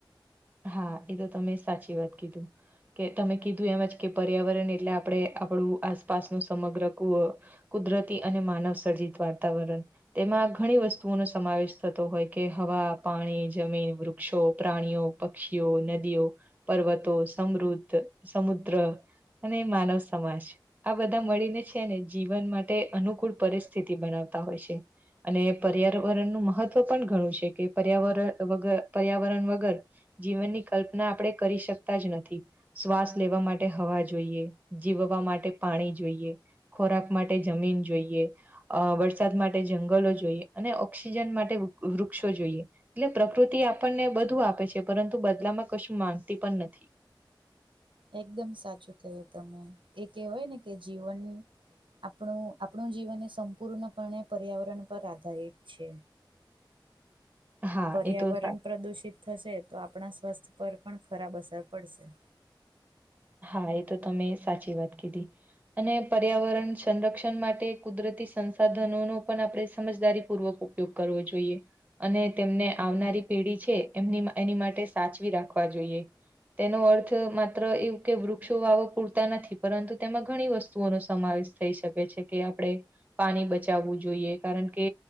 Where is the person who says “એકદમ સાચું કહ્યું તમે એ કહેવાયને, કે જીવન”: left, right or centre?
Right